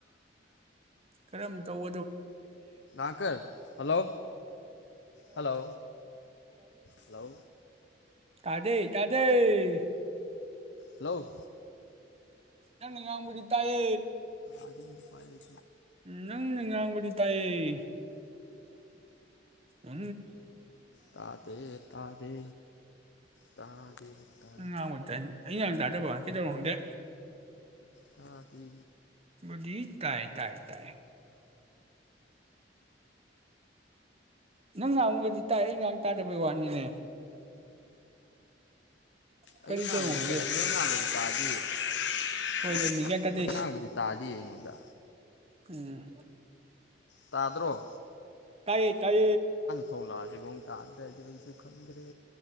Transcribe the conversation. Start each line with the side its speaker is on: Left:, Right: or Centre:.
Right: ꯈꯔꯦ ꯇꯧ
Left: ꯥꯡꯀꯔ ꯍꯜꯂꯣ ꯍꯜꯂꯣ ꯍꯂꯣ
Right: ꯇꯥꯖꯩ ꯇꯥꯖꯩ
Left: ꯍꯜꯂꯣ
Right: ꯌꯥꯝꯟꯅ ꯉ ꯄꯨ ꯇꯑꯦ
Left: ꯑꯗ ꯎꯄꯥꯥꯏꯨ
Right: ꯎ ꯅꯪꯪ ꯉꯥꯡꯕꯨꯗꯤ ꯇꯥꯏꯌꯦ ꯑ
Left: ꯇꯥꯗꯦ ꯇꯥꯗꯦ ꯇꯥꯗꯦ ꯇꯥ
Right: ꯉꯥꯡꯕꯗꯤ ꯑꯩ ꯉ ꯇꯥꯗꯕ ꯀꯩꯗꯧꯔꯣꯪꯗꯦ
Left: ꯇꯥꯗꯤ
Right: ꯃꯗꯤ ꯇꯥꯏ ꯇꯥꯏ ꯇꯥꯏ ꯅꯪ ꯉꯥꯡꯨꯒꯗꯤ ꯇꯥꯛ ꯑꯩ ꯉꯥꯡ ꯇꯥꯗꯕꯩ ꯋꯥꯠꯅꯤꯅꯦ ꯀꯔꯤ
Left: ꯑꯩ ꯉꯥꯡꯕꯗꯤ
Right: ꯇꯧꯔꯝꯅꯣ ꯈꯪꯗꯦ
Left: ꯆꯥꯏꯅꯤ ꯅ ꯉꯥꯡꯕꯗꯤ ꯇꯥꯗ
Right: ꯍꯣꯏ ꯑꯗꯨꯅꯤ ꯒ꯭ꯌꯥꯟ ꯇꯥꯗꯦ
Left: ꯉꯥꯡꯕꯗꯤ ꯇꯥꯗꯤ ꯌꯦꯡꯉꯣꯟꯗ
Right: ꯎꯝ
Left: ꯇꯥꯗ꯭ꯔꯣ
Right: ꯇꯥꯏꯌꯦ ꯇꯥꯏ
Left: ꯊꯣꯛꯂꯛꯑꯁꯤꯐ ꯇꯥꯗ꯭ꯔꯗꯤ ꯑꯩꯁꯨ ꯈꯪꯗ꯭ꯔꯦ